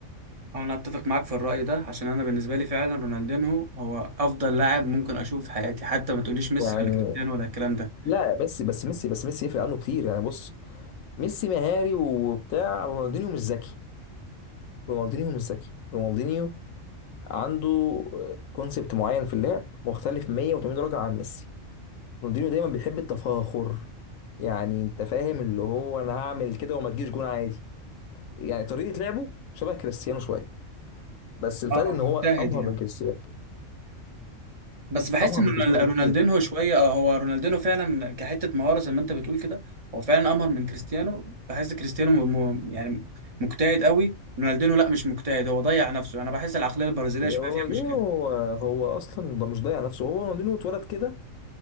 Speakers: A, on the right (about 35°); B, on the left (about 80°).
A: هو انا اتفق معاك في الرأي ده عشان انا بالنسبة لي فعلا رونالدينهو هو افضل لاعب ممكن اشوفه في حياتي حتى ما تقوليش ميسي
B: يعني
A: ولا كريستيانو ولا الكلام ده
B: لا ميسي بس ميسي بس ميسي يفرق عنه كتير يعني بص ميسي مهاري وبتاع رونالدينيو مش ذكي رونالدينيو مش ذكي رونالدينيو عنده كونسبت معين في اللعب مختلف 180 درجة عن ميسي رونالدينيو دايما بيحب التفاخر يعني انت فاهم اللي هو انا هعمل كده وما تجيش جون عادي يعني طريقة لعبه شبه كريستيانو شوية بس الفرق
A: اه
B: ان
A: مجتهد
B: هو ابهر
A: يعني
B: من كريستيانو
A: بس بحس
B: ابهر
A: ان
B: من
A: رونال-
B: كريستيانو بكتير
A: رونالدينهو شوية اه هو رونالدينهو فعلا كحتة مهارة زي ما انت بتقول كده هو فعلا امهر من كريستيانو بحس كريستيانو م... م... يعني مجتهد قوي رونالدينهو لا مش مجتهد هو ضيع نفسه انا بحس العقلية البرازيلية
B: رونالدينيو
A: شوية فيها مشكلة
B: هو هو اصلا ده مش ضايع نفسه هو رونالدينيو اتولد كده